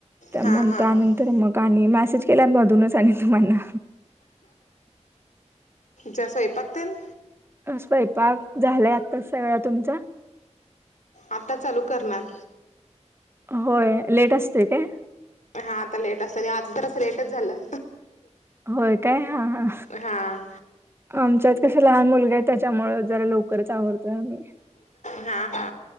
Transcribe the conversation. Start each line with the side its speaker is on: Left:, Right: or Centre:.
Left: हां
Right: म्हण
Left: हां
Right: तर मग आणि मेसेज केल्या मधूनच आणि तुम्हाना
Left: जसो एपतन
Right: स्वयंपाक झालाय आत्ताच सगळा तुमचा
Left: आता चालू करणार
Right: होय लेट असतेय काय
Left: हा आता लेट असत आणि आता तर असं लेटच झालं
Right: होय काय हा
Left: हां
Right: आमच्यात कसे लहान मुलगा आहे त्याच्यामु जरा लवकरच आवडतोय आम्ही
Left: हा हा